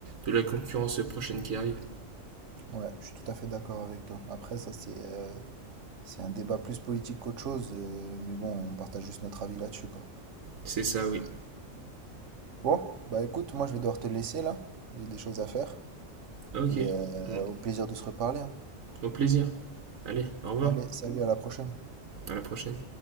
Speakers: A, on the right; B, on the right.
A: de la concurrence prochaine qui arrive.
B: Ouais, je suis tout à fait d'accord avec toi. Après, ça, c'est euh, c'est un débat plus politique qu'autre chose, euh, mais bon, on partage juste notre avis là-dessus, quoi.
A: C'est ça, oui.
B: Bon, bah écoute, moi je vais devoir te laisser là. J'ai des choses à faire.
A: Ok.
B: Et euh,
A: Mm.
B: au plaisir de se reparler. hein.
A: Au plaisir. Allez, au revoir.
B: Allez, salut, à la prochaine.
A: À la prochaine.